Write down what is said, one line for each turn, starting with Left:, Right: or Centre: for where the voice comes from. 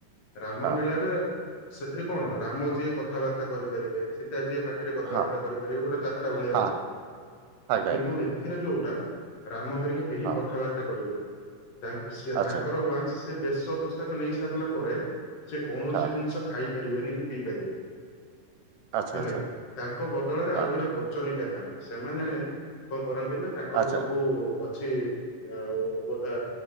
Left: ରାମ
Right: ହଁ
Left: ଲୀଳା ରେ ସେଥିରେ କଣ ରାମ ଯିଏ କଥାବାର୍ତ୍ତା କରିପାରିବେ ସୀତା ଯିଏ ପା <unintelligible> ରେ କଥାବାର୍ତ୍ତା
Right: ହଁ
Left: କରିପାରିବୁ ଗୋଟେ ଯାତ୍ରା ଭଳିଆ
Right: ହଁ
Left: କିନ୍ତୁ
Right: ଆଜ୍ଞା ଆଜ୍ଞା
Left: ଏଥିରେ ଯୋଉଟା ରାମ ହେରିକା କେହି
Right: ହଁ
Left: କଥାବାର୍ତ୍ତା କରିବେନି <unintelligible>
Right: ଆଚ୍ଛା
Left: ତାଙ୍କର ୱାନ୍ସ୍ ସେ ବେଶ ପୋଷାକ ନେଇ ସାରିଲା ପରେ ସେ କୌଣସି
Right: ହଁ
Left: ଜିନିଷ ଖାଇ ଖାଇ ପାରିବେନି କି ପିଇ ପାରିବେନି
Right: ଆଚ୍ଛା
Left: ହେଲା
Right: ଆଚ୍ଛା
Left: କି ତାଙ୍କ ବଦଳରେ
Right: ହଁ
Left: ଆଉ ଜଣେ <unintelligible> ସେମାନେ କଣ କରନ୍ତିନା ତାଙ୍କର
Right: ଆଚ୍ଛା
Left: ସବୁ ଅଛି ଆଉ ଗୋଟେ